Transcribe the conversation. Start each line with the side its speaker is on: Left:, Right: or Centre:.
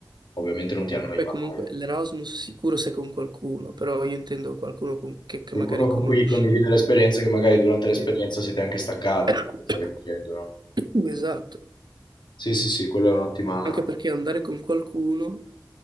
Left: ovviamente non ti annoi
Right: Poi
Left: mai.
Right: comunque l'Erasmus sicuro se con qualcuno, però io intendo qualcuno con- che, che
Left: Qualcuno
Right: magari
Left: con
Right: conosci.
Left: cui condividere l'esperienza che magari durante l'esperienza
Right: Sì.
Left: siete anche staccati, quello
Right: <coughs>
Left: che stavi dicendo, no?
Right: <clears throat> Esatto.
Left: Sì, sì, sì, quello è un'ottima...
Right: Anche perché andare con qualcuno,